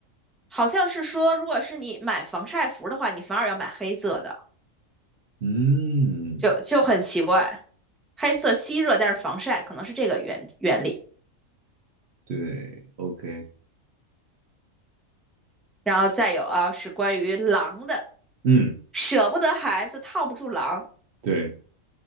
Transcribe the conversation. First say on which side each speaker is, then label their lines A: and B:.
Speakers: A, in the centre; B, on the right (about 55°).
A: 好像是说，如果是你买防晒服的话，你反而要买黑色的，
B: 嗯，
A: 就就很奇怪。黑色吸热，但是防晒，可能是这个原原理。
B: 对，OK，
A: 然后再有啊，是关于狼的，
B: 嗯，
A: 舍不得孩子套不住狼，
B: 对